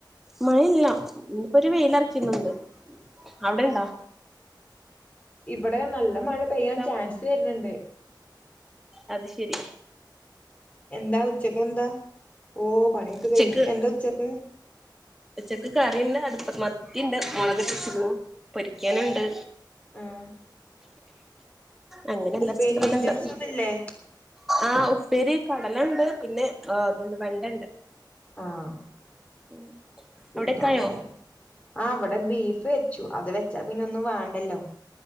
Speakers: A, in the centre; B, on the left.
A: മഴ ഇല്ല ഇന്നപ്പോരു വെയിലറക്കിന്നുണ്ട് അവടെ ഇണ്ടാ?
B: ഇവടെ നല്ല മഴ പെയ്യാൻ
A: ഹലോ
B: ചാൻസ് വരണ് ണ്ട്
A: അത് ശെരി
B: എന്താ ഉച്ചക്ക് എന്താ ഓഹ് പണിയൊക്കെ
A: ഉച്ചക്ക്
B: കഴിഞ്ഞു എന്താ ഉച്ചക്ക്
A: ഉച്ചക്ക് കറിണ്ട് അടുപ്പ മത്തിണ്ട് മുളക്കിട്ട് വെച്ചക്കിണു പൊരിക്കാനുണ്ട്
B: ആഹ്
A: അങ്ങനെ അല്ലറ
B: ഉപ്പേരി
A: ചില്ലറ
B: ഐറ്റംസ്
A: ഇത്ണ്ട്
B: ഒന്നുംല്ലേ
A: ആഹ് ഉപ്പേരി കടലണ്ട് പിന്നെ അതുണ്ട് വെണ്ടണ്ട്
B: ആഹ്
A: ഉം
B: പിന്നെ
A: അവടെക്കായോ?
B: അങ്ങനെ ആഹ് വടെ ബീഫ് വെച്ചു അത് വെച്ചാ പിന്നെ ഒന്നും വേണ്ടല്ലോ